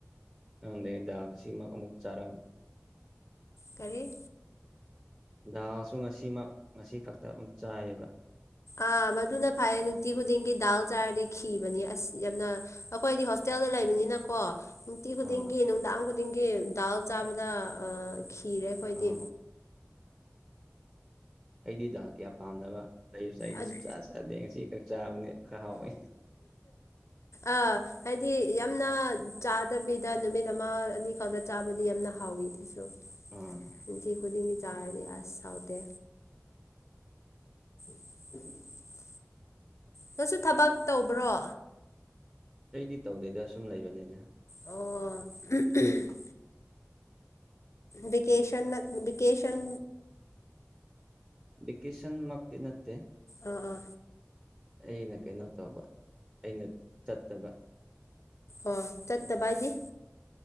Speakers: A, on the right; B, on the left.
A: ꯈꯪꯗꯦ ꯗꯥꯝꯁꯤ ꯑꯃꯛ ꯑꯃꯨꯛ ꯆꯥꯔꯝ
B: ꯀꯔꯤ
A: ꯗꯥꯎꯁꯨ ꯉꯁꯤꯃꯛ ꯉꯁꯤ ꯈꯛꯇ <unintelligible> ꯆꯥꯏꯑꯕ
B: ꯑꯥ ꯃꯗꯨꯅ ꯐꯩꯌꯦ ꯅꯨꯡꯇꯤ ꯈꯨꯗꯤꯡꯒꯤ ꯗꯥꯜ ꯇꯥꯔꯗꯤ ꯈꯤꯕꯅꯤ ꯑꯁ ꯌꯥꯝꯅ ꯑꯩꯈꯣꯏꯗꯤ ꯍꯣꯁꯇꯦꯜꯗ ꯂꯩꯕꯅꯤꯅꯀꯣ ꯅꯨꯡꯇꯤ ꯈꯨꯗꯤꯡꯒꯤ
A: ꯑꯥ
B: ꯅꯨꯡꯗꯥꯡ ꯈꯨꯗꯤꯡꯒꯤ ꯗꯥꯜ ꯆꯥꯕꯗ ꯑꯥ ꯈꯤꯔꯦ ꯑꯩꯈꯣꯏꯗꯤ
A: ꯑꯥ ꯑꯩꯗꯤ ꯗꯥꯜ ꯀꯌꯥ ꯄꯥꯝꯗꯕ ꯂꯩꯕꯁꯦ ꯑꯩꯗꯤ
B: ꯑꯗ
A: ꯁꯨꯡꯆꯥꯥ ꯆꯥꯗꯦ ꯉꯁꯤ ꯈꯛ ꯆꯥꯕꯅꯤ ꯈꯔ ꯍꯥꯎꯋꯤ
B: ꯑꯥ ꯍꯥꯏꯗꯤ ꯌꯥꯝꯅ ꯆꯥꯗꯕꯤꯗ ꯅꯨꯃꯤꯠ ꯑꯃ ꯑꯅꯤꯈꯛꯇ ꯆꯥꯕꯗꯤ ꯌꯥꯝꯅ ꯍꯥꯎꯋꯤ ꯑꯗꯨꯁꯨ
A: ꯑꯥ
B: ꯅꯨꯡꯇꯤ ꯈꯨꯗꯤꯡꯒꯤ ꯆꯥꯔꯗꯤ ꯑꯁ ꯍꯥꯎꯇꯦ <unintelligible> ꯅꯪꯁꯨ ꯊꯕꯛ ꯇꯧꯕ꯭ꯔꯣ
A: ꯑꯩꯗꯤ ꯇꯧꯗꯦꯗ ꯁꯨꯝ ꯂꯩꯕꯅꯦꯗ
B: ꯑꯣ <unintelligible> ꯕꯦꯀꯦꯁꯟꯅ ꯕꯦꯀꯦꯁꯟ
A: ꯕꯦꯀꯦꯁꯟ ꯃꯛꯇꯤ ꯅꯠꯇꯦ
B: ꯑꯥ ꯑꯥ
A: ꯑꯩꯅ ꯀꯩꯅꯣ ꯇꯧꯕ ꯑꯩꯅ ꯆꯠꯇꯕ
B: ꯑꯣ ꯆꯠꯇꯕ ꯍꯥꯏꯗꯤ